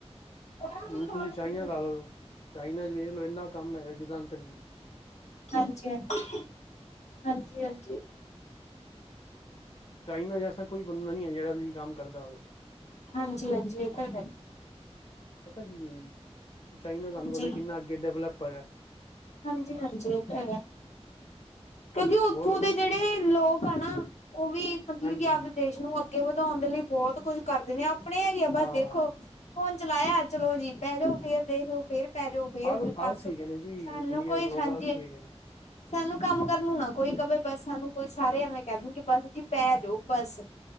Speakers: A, on the left; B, on the left.
A: ਹਾਂਜੀ
B: ਹੁਣ
A: ਹਾਂਜੀ
B: ਤੁਸੀ ਚਾਈਨਾ ਲਾ ਲਓ, ਚਾਈਨਾ 'ਚ ਵੇਖ ਲ ਇਨਾ ਕਮ ਹੈਗਾ ਜਿਦਾਂ ਅੰਤ ਨਹੀ-
A: ਹਾਂਜੀ- ਹਾਂਜੀ- ਹਾਂਜੀ -ਹਾਂਜੀ-
B: ਚਾਈਨਾ 'ਚ ਐਸਾ ਕੋਈ ਬੰਦਾ ਨਹੀ ਹੈ। ਜਿਹੜਾ ਨਹੀ ਕੰਮ ਕਰਦਾ ਹੋਵੇ-
A: ਹਾਂਜੀ ਹਾਂਜੀ ਇਹ ਤਾਂ ਹੈ
B: ਪਤਾ ਕੀ ਹੈ ਜੀ, ਚਾਈਨਾ ਤੁਹਾਨੂੰ
A: ਹਾਂਜੀ
B: ਪਤਾ ਕਿਨਾ ਅਗੇ ਡਿਵਲਪ ਹੈਗਾ।
A: ਹਾਂਜੀ- ਹਾਂਜੀ ਇਹ ਤਾਂ ਹੈ। ਕਿਉਕਿ ਉਥੋਂ
B: ਹੋਰ ਸੁਣੋ
A: ਦੇ ਜਿਹੜੇ ਲੋਕ ਆ ਨਾ, ਉਹ ਵੀ ਮਤਲਬ
B: ਹਾਂਜੀ
A: ਕਿ ਆਪਦੇ ਦੇਸ਼ ਨੂੰ ਅੱਗੇ ਵਧਾਉਣ ਦੇ ਲਈ- ਬਹੁਤ ਕੁੱਝ ਕਰਦੇ ਨੇ, ਆਪਣੇ ਹੈਗੇ ਆ
B: ਹਾਂ
A: ਬਸ ਦੇਖੋ- ਫੋਨ ਚਲਾਇਆ, ਚਲੋ ਜੀ ਬਹਿ ਜਾਓ ਫੇਰ ਦੇਖ ਲੋ ਫੇਰ- ਪੈ ਜਾਓ ਫੇਰ
B: ਆਲ ਆਲਸੀ
A: ਬਸ,
B: ਹੈਗੇ ਨੇ ਜੀ
A: ਸਾਨੂੰ
B: ਇੰਡੀਆ
A: ਕੋਈ
B: ਦੇ ਲੋਕ
A: ਹਾਂਜੀ,
B: ਆਲਸੀ ਹੈਗੇ ਨੇ
A: ਸਾਨੂੰ ਕੰਮ- ਕਰਨ ਨੂੰ ਨਾ ਕੋਈ ਕਵੇ ਬਸ ਸਾਨੂੰ ਕੋਈ ਸਾਰੇ ਐਵੇ ਕਹਿ ਦੂ ਕਿ ਬਸ ਜੀ ਪੈ ਜਾਓ ਬਸ-